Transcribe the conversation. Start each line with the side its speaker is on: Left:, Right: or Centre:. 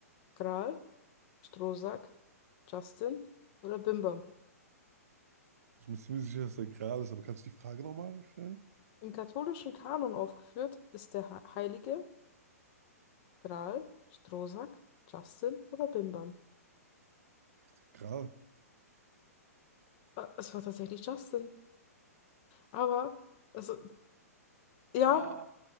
Left: Gral Strohsack, Justin oder Bimbam.
Right: Ich bin mir ziemlich sicher, dass der Gral ist, aber kannst du die Frage nochmal stellen?
Left: Im katholischen Kanon aufgeführt ist der Ha- Heilige Gral, Strohsack, Justin oder Bimbam.
Right: Der Gral.
Left: Äh, Es war tatsächlich Justin. Aber, also, ja,
Right: Ah,